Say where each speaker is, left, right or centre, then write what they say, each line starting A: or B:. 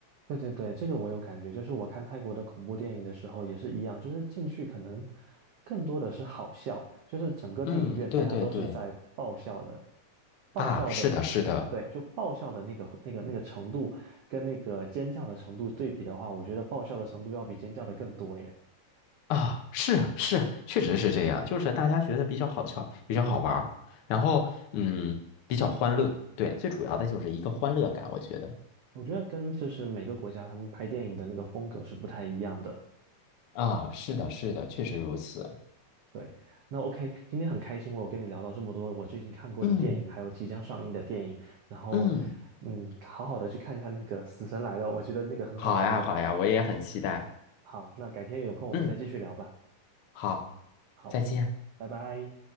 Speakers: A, on the right; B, on the left.
A: 对对对，这个我有感觉，就是我看泰国的恐怖电影的时候也是一样，就是进去可能更多的是好笑，就是整个电影院大家都是在爆笑的，
B: 嗯，对对对，
A: 爆笑的，
B: 啊，是的，是的。
A: 对，就爆笑的那个那个那个程度跟那个尖叫的程度对比的话，我觉得爆笑的程度要比尖叫的更多耶。
B: 啊，是是，确实是这样，就是大家觉得比较好笑，比较好玩儿然后嗯，比较欢乐，对，最主要的就是一个欢乐感，我觉得
A: 我觉得跟就是每个国家他们拍电影的那个风格是不太一样的。
B: 啊，是的，是的，确实如此，
A: 对，那 OK，今天很开心，我跟你聊到这么多我最近看过的电影，
B: 嗯
A: 还有即将上映的电影，然后，
B: 嗯，
A: 嗯，好好的去看看那个《死神来了》，我觉得那个很好看的。
B: 好呀，好呀，我也很期待，
A: 好，那改天有空我们再继续聊吧。
B: 嗯，好，
A: 好，
B: 再见。
A: 拜拜。